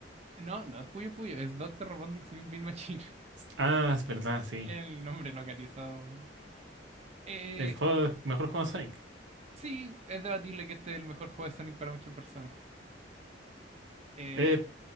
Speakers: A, on the right; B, on the right.
A: no, no es Puyo Puyo, es Doctor Robotnik's Mean Bean Machine.
B: Ah, es verdad,
A: <laughs>
B: sí.
A: El nombre localizado. Eh,
B: El juego, mejor juego de Sonic.
A: sí, es debatible que este es el mejor juego de Sonic para muchas personas. Eh,
B: Eh,